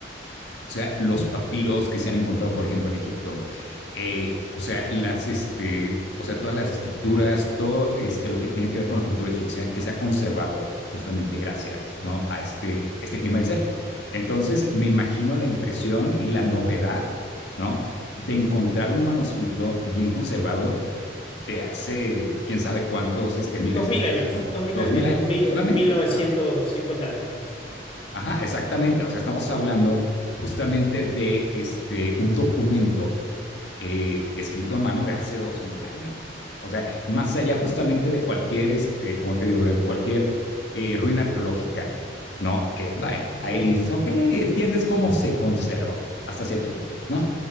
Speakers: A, on the left (about 75°); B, on the left (about 30°).
A: o sea, los papiros que se han encontrado, por ejemplo, en Egipto. Eh, o sea, las, este, o sea, todas las estructuras, todo este, lo que tiene que ver con la cultura egipcia que se ha conservado justamente gracias ¿no? a este, este clima desértico. Entonces, me imagino la impresión y la novedad ¿no? de encontrar un manuscrito bien conservado de hace quién sabe cuántos este, miles
B: Dos
A: de
B: mil
A: años,
B: años,
A: ¿no?
B: dos mil
A: Dos
B: años,
A: mil años
B: dos mil,
A: solamente,
B: mil novecientos
A: claro.
B: cincuenta años.
A: Ajá, exactamente. O sea, estamos hablando justamente de este, un documento eh, escrito a mano de hace dos mil años. O sea, más allá justamente de cualquier, este, como te digo, de cualquier eh, ruina arqueológica, ¿no? Que, bueno, ahí
B: Sí,
A: dices, ok, entiendes cómo se conservó hasta cierto punto, ¿no?